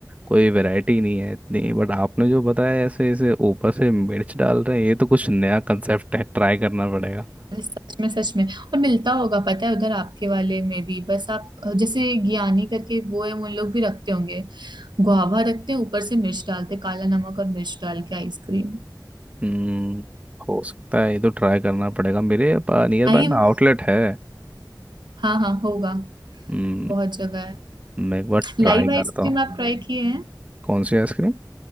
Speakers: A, on the right (about 20°); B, on the right (about 80°).
A: कोई वैरायटी नहीं है इतनी बट आपने जो बताया ऐसे ऐसे ऊपर से मिर्च डाल रहे हैं ये तो कुछ नया कंसेप्ट है ट्राई करना पड़ेगा
B: अरे सच में सच में और मिलता होगा पता है उधर आपके वाले में भी बस आप अ, जैसे ज्ञानी करके वो है उन लोग भी रखते होंगे गुआवा रखते हैं ऊपर से मिर्च डालते काला नमक और मिर्च डाल के आइसक्रीम
A: हम्म हो सकता है ये तो ट्राई करना पड़ेगा मेरे नियर
B: लाइव
A: बाय में आउटलेट है
B: हाँ हाँ होगा
A: हम्म
B: बहुत जगह है
A: मैं एक बार ट्राई
B: लाइव आइसक्रीम
A: करता हूँ
B: आप ट्राई किए हैं
A: कौन सी आइसक्रीम